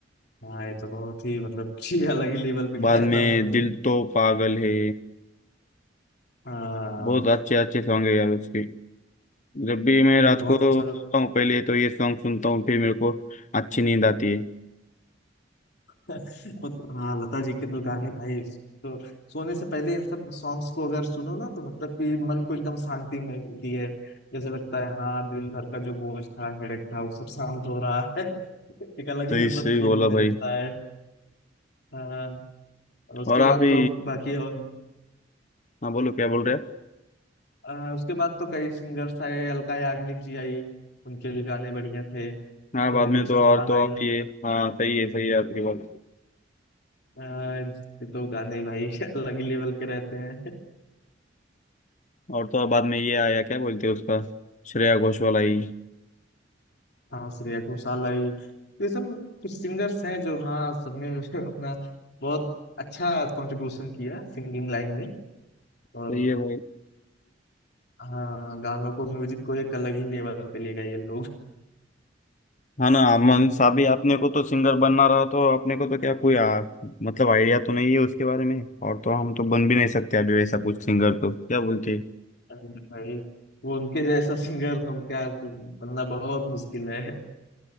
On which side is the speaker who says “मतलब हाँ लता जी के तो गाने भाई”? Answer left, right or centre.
Left